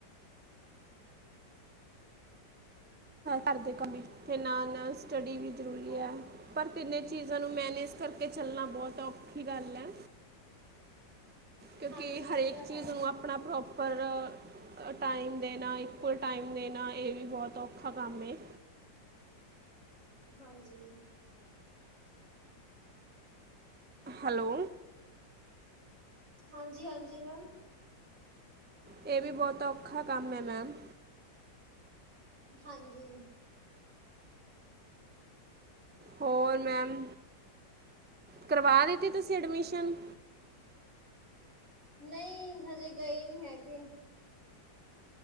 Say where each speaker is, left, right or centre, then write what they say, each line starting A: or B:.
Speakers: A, on the right (about 15°); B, on the right (about 85°).
A: ਘਰਦੇ ਕੰਮ ਨਾਲ ਨਾਲ ਸਟੱਡੀ ਵੀ ਜ਼ਰੂਰੀ
B: ਹਾਂ
A: ਹੈ। ਪਰ ਤਿੰਨੇ ਚੀਜ਼ਾਂ ਨੂੰ ਮੈਨੇਜ ਕਰਕੇ ਚੱਲਣਾ ਬਹੁਤ ਔਖੀ ਗੱਲ ਹੈ। ਕਿਉਂਕਿ
B: ਹਾਂਜੀ
A: ਹਰੇਕ
B: ਇਹ ਤਾਂ ਹੈ
A: ਚੀਜ਼ ਨੂੰ ਆਪਣਾ ਪ੍ਰੋਪ ਪਰ ਟਾਈਮ ਦੇਣਾ ਇਕੁਅਲ ਟਾਈਮ ਦੇਣਾ ਇਹ ਵੀ ਬਹੁਤ ਔਖਾ ਕੰਮ ਏ
B: ਹਾਂਜੀ
A: ਹੈਲੋ
B: ਹਾਂਜੀ-ਹਾਂਜੀ ਮੈਮ
A: ਇਹ ਵੀ ਬਹੋਤ ਔਖਾ ਕੰਮ ਐ ਮੈਮ
B: ਹਾਂਜੀ
A: ਹੋਰ ਮੈਮ, ਕਰਵਾ ਦਿੱਤੀ ਤੁਸੀਂ ਐਡਮਿਸ਼ਨ
B: ਨਹੀਂ ਹਜੇ ਗਏ ਨੀ ਹੈਗੇ